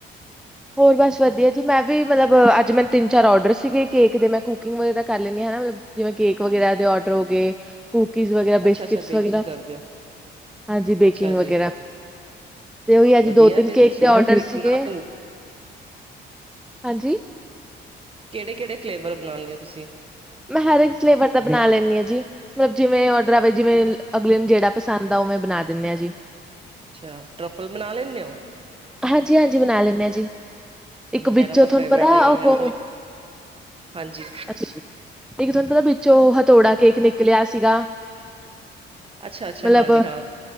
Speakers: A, in the centre; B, on the right (about 30°).
A: ਹੋਰ ਬਸ ਵਧੀਆ ਜੀ, ਮੈਂ ਵੀ ਮਤਲਬ ਅੱਜ ਮੈਨ ਤਿੰਨ-ਚਾਰ ਔਡਰ ਸੀਗੇ ਕੇਕ ਦੇ। ਮੈਂ ਕੁਕਿੰਗ ਵਗੈਰਾ ਕਰ ਲੈਨੀ ਹਨਾ ਮਤਲਵ ਜਿਵੇ ਕੇਕ ਵਗੈਰਾ ਦੇ ਔਡਰ ਹੋ ਗੇ ਕੁੂਕੀਜ਼ ਵਗੈ,
B: ਅੱਛਾ
A: ਬਿਸਕਿਟਸ
B: ਅੱਛਾ ਬੇਕਿੰਗ
A: ਵਗੈਰਾ,
B: ਕਰਦੇ ਹੋ
A: ਹਾਂਜੀ, ਬੇਕਿੰਗ
B: ਅੱਛਾ ਜੀ
A: ਵਗੈਰਾ। ਤੇ ਉਹੀ ਅੱਜ
B: ਵਧੀਆ
A: ਦੋ-ਤਿੰਨ
B: ਫਿਰ
A: ਕੇਕ
B: ਤੁਸੀਂ
A: ਦੇ ਔਡਰ
B: ਕੇਕ
A: ਸੀਗੇ,
B: ਬਣਾ ਲੈਂਦੇ
A: ਹਾਂਜੀ।
B: ਕੇੜੇ-ਕੇੜੇ ਫਲੇਵਰ ਬਣਾਨੇ ਔ ਤੁਸੀ?
A: ਮੈ ਹਰ ਇੱਕ ਫਲੇਵਰ ਦਾ ਬਨਾ ਲੈਨੀ ਆ ਜੀ, ਮਤਲਵ ਜਿਵੇ ਔਡਰ ਆਵੇ, ਜਿਵੇਂ ਅਗਲੇ ਜੇੜਾ ਪਸੰਦ ਆ, ਉਵੇਂ ਬਨਾ ਦਿਨੇ ਆ ਜੀ।
B: ਅੱਛਾ ਟਰਫਲ ਬਣਾ ਲੈਂਦੇ ਹੋ
A: ਹਾਜੀ, ਹਾਜੀ, ਬਨਾ ਲੈਨੇ ਆ ਜੀ। ਇੱਕ ਵਿੱਚੋ
B: ਮੇਰਾ ਤਾਂ
A: ਥੋਨੂੰ
B: ਫੇਵਰੇਟ
A: ਪਤਾ
B: ਹੈਗਾ
A: ਉਹ,
B: ਮੇਰਾ ਤਾਂ ਹਾਂਜੀ,
A: ਅੱਛਾ। ਇੱਕ ਥੋਨੂੰ ਪਤਾ ਵਿੱਚੋ ਹਥੌੜਾ ਕੇਕ ਨਿਕਲਿਆ ਸੀਗਾ?
B: ਅੱਛਾ, ਅੱਛਾ,
A: ਮਤਲਬ
B: ਹਾਂਜੀ ਹਾਂ।